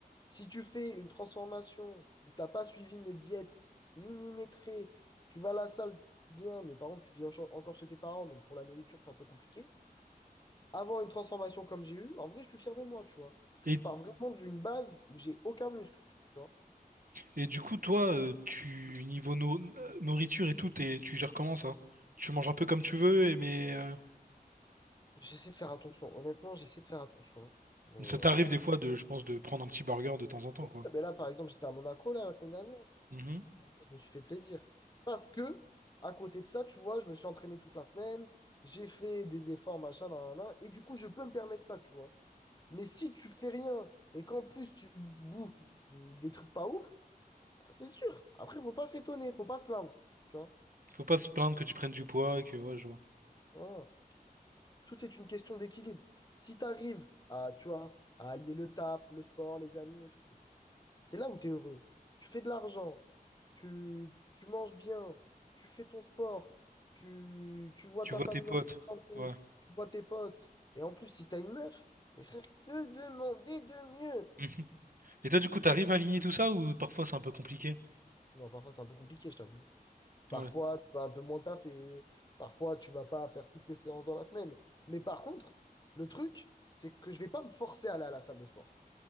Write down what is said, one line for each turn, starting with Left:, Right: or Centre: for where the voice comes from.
Left: si tu fais une transformation où t'as pas suivi une diète millimétrée, tu vas à la salle bien, mais par contre, tu vis en- encore chez tes parents, donc pour la nourriture, c'est un peu compliqué. Avoir une transformation comme j'ai eu, en vrai, je suis fier de moi, tu vois. Parce que
Right: Et,
Left: je pars vraiment d'une base où j'ai aucun muscle, tu vois.
Right: et du coup, toi, euh, tu niveau no- nourriture et tout, t'es- tu gères comment ça? Tu manges un peu comme tu veux, et- mais euh,
Left: J'essaie de faire attention. Honnêtement, j'essaie de faire attention. Mais
Right: ça t'arrive
Left: euh,
Right: des fois de, je pense, de prendre un petit burger de temps en temps, quoi.
Left: Ah, ben là, par exemple, j'étais à Monaco là, la semaine dernière.
Right: Mhm.
Left: Je me suis fait plaisir. Parce que, à côté de ça, tu vois, je me suis entraîné toute la semaine, j'ai fait des efforts, machin, nan, nan, nan, et du coup, je peux me permettre ça, tu vois. Mais si tu fais rien et qu'en plus tu bouffes de- des trucs pas ouf, ah, c'est sûr. Après, faut pas s'étonner, faut pas se plaindre, tu vois.
Right: Faut pas se plaindre que tu prennes du poids, et que ouais, je vois.
Left: Voilà. Tout est une question d'équilibre. Si tu arrives à, tu vois, à allier le taf, le sport, les amis et tout, C'est là où tu es heureux. Tu fais de l'argent, tu, tu manges bien, tu fais ton sport, tu, tu vois
Right: Tu
Left: ta
Right: vois
Left: famille
Right: tes potes.
Left: en bonne santé,
Right: Ouais.
Left: tu vois tes potes. Et en plus, si tu as une meuf, mais frère, que demander de mieux?
Right: Mhm. Et toi, du coup, t'arrives à aligner tout ça ou parfois c'est un peu compliqué?
Left: Bon, parfois, c'est un peu compliqué, je t'avoue. Parfois,
Right: Ouais.
Left: tu vas un peu moins taffer. Parfois, tu vas pas faire toutes tes séances dans la semaine. Mais par contre, le truc, c'est que je vais pas me forcer à aller à la salle de sport.